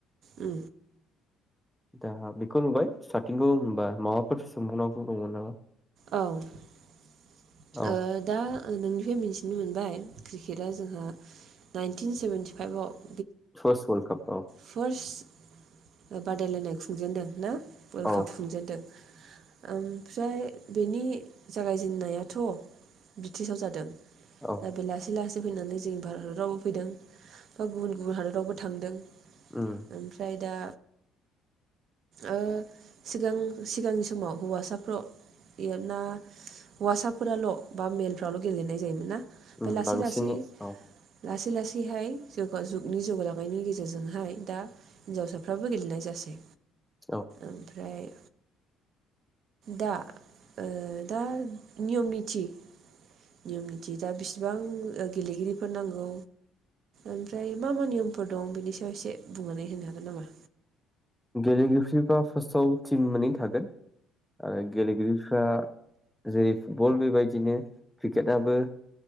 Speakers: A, on the right; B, in the centre.
A: औ
B: दा बेखौ नुबाय स्टार्टिंखौ होनबा माबाफोर सोंबावनांगौ दंमोन नामा?
A: औ। ओ
B: औ
A: दा नोंनिफ्राय मिथिनो मोनबाय क्रिकेटआ जोंहा नाइनटिन सेभेेनटिफाइभआव
B: फस्ट वर्ल्ड कप आव
A: फार्स्ट बादायलायनाय खुंजेनन्दों ना? वर्ल्ड
B: औ
A: काप खुंजेनन्दों। ओमफ्राय बेनि जागायजेनन्नायाथ' ब्रिटिसाव जादों।
B: औ
A: दा बेलासि लासि ज फैनानै जोंनि भारतावबो फैदों बा गुबुन गुबुन हादोरावबो थांदों।
B: उम
A: ओमफ्राय दा ओ सिगां सिगांनि समाव हौवासाफ्राव ना हौवासाफोराल' बा मेलफ्राल' गेलेनाय जायोमोन ना? ओमफ्राय
B: उम
A: लासै
B: बांसिनै
A: लासै
B: औ
A: लासै लासैहाय जगा जुगनि जौगालांनायनि गेजेरजोंहाय दा हिनजावसाफ्राबो गेलेनाय जासै।
B: औ
A: ओमफ्राय दा ओ दा नियम निथि नियम निथि दा बिसिबां गेलेगिरिफोर नांगौ ओमफ्राय मा मा नियमफोर दं बेनि सायाव एसे बुंनानै होनो हागोन नामा?
B: गेलेगिरिफ्रा फार्स्टआव टिम मोनै थागोन। आरो गेलेगिरिफ्रा जेरै फुटबल बेबायदिनो क्रिकेटआबो